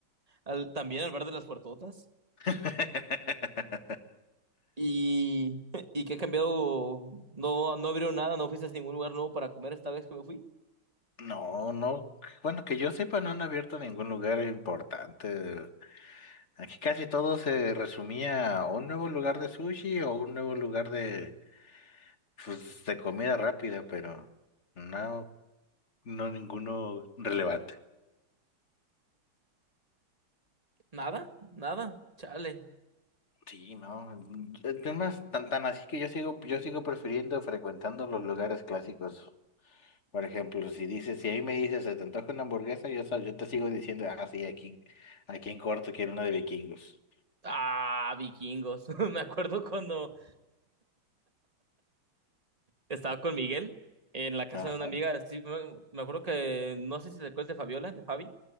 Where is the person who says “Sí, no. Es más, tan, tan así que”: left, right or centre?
Left